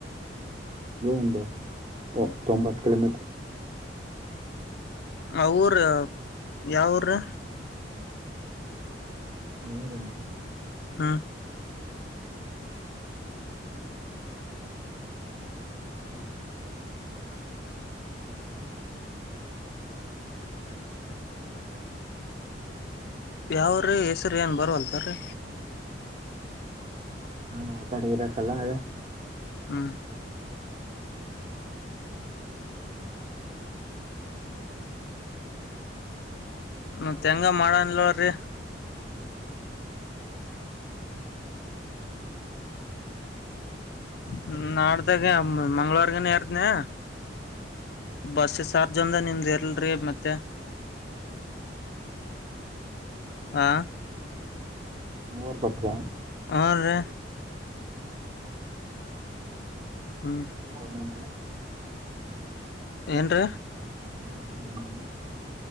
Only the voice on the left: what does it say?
ಹ್ಮ.
ಅವರೇ ಯಾವೂರು ರೇ
ಹಾ. ಯಾವ ರೀ ಹೆಸರು ಏನ ಬರವಲ್ತಾರೀ.
ಹ್ಮ್. ಮತ್ತ ಹೆಂಗ ಮಾಡನ್ಲ್ರಿ.
ಹ್ಮ ನಾಡ್ದಾಗ ಮಂಗಳವಾರಗನ ಎರದ್ಧನ್ಯ. ಬಸ್ ಸಾರ್ಜ್ ಅಂದ ನಿಮ್ದ ಏಲ್ರಿ ಮತ್ತೆ. ಹ.
<unintelligible> ಹ್ಮ್.
ಏನ್ರೀ